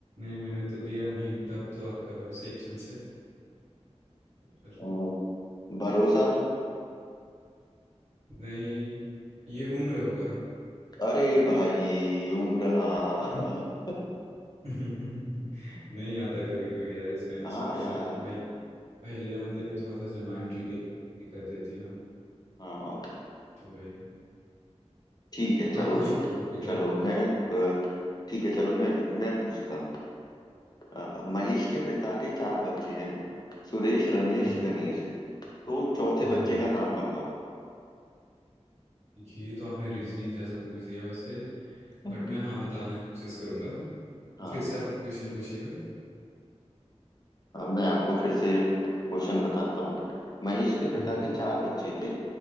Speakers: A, on the right; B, on the left.
A: मैंने तो दिया ना हिंट अब तो आपका बस एक चांस है तो फिर
B: अ, भरोसा
A: नहीं ये उम्र होगा
B: अरे भाई उम्र हाँ
A: <laughs>
B: <laughs>
A: नहीं आता कभी कभी यार इसका आंसर
B: हाँ
A: ऐसे
B: यार
A: भाई पहेलियाँ मतलब कि थोड़ा सा ऐसे माइंड ट्रिकी कर देती है ना
B: हाँ
A: तो भाई
B: ठीक है चलो
A: आप पूछो
B: एक
A: आपके टर्न
B: चलो मैं अ, ठीक है चलो मैं मैं पूछता हूँ अ, महेश के पिता के चार बच्चे हैं सुरेश रमेश
A: हाँ
B: गणेश तो चौथे
A: हाँ
B: बच्चे
A: हाँ
B: का नाम बताओ
A: ये तो आपने रीजनिंग जैसा पूछ दिया वैसे
B: <laughs>
A: बट मैं हाँ बताने की कोशिश करूंगा
B: हाँ
A: फिर से आप क्वेश्चन पूछिएगा
B: अब मैं आपको फिर से क्वेश्चन बताता हूँ महेश के पिता
A: हम्म
B: के चार बच्चे थे